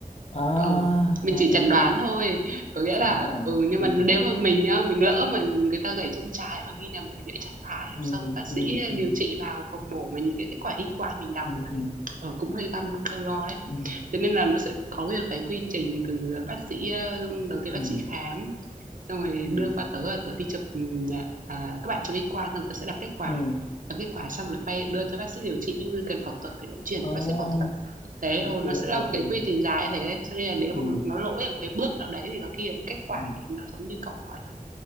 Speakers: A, on the left; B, on the right.
A: à,
B: Ừ, mình
A: à,
B: chỉ chẩn
A: ok.
B: đoán thôi, có nghĩa
A: Chỉ
B: là
A: nói là
B: ừ, nhưng
A: ừ,
B: mà nếu mà mình nhá, mình lỡ mà người ta gãy chân trái mà ghi nhầm mình gãy chân phải,
A: ừ,
B: xong bác sĩ
A: ừ, ừ.
B: điều trị vào phòng mổ mà nhìn cái kết quả X-quang mình đọc
A: ừ
B: mà
A: ừ
B: ừ, cũng hơi găm cơ go đấy
A: ừ
B: cho nên là nó sẽ có nguyên một cái quy trình từ, ờ, bác sĩ, đầu tiên
A: ừ
B: bác sĩ khám, xong rồi
A: ừ
B: đưa qua tớ là tớ đi chụp, à, à, các bạn chụp X-quang xong tớ sẽ đọc kết quả,
A: ừ
B: đọc kết quả xong lại bay đưa cho bác sĩ điều trị, ví dụ cần phẫu thuật thì lại chuyển
A: à
B: cho bác sĩ phẫu thuật. Thế, ừ,
A: ok
B: nó sẽ là
A: ok
B: một cái quy trình dài thế đấy, cho nên là nếu
A: ừ
B: mà nó lỗi ở một cái bước nào đấy thì có khi là kết quả
A: ừ
B: thì nó giống như cậu nói thật.